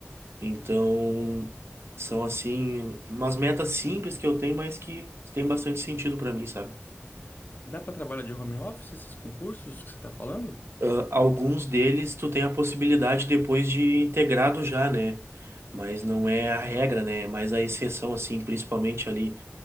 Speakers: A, on the right; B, on the left.
A: Então são assim umas metas simples que eu tenho, mas que tem bastante sentido para mim, sabe?
B: Dá pra trabalhar de home office esses concursos que você tá falando?
A: ah, alguns deles tu tem a possibilidade depois de integrado já, né? Mas não é a regra, né? Mas a exceção, assim, principalmente ali,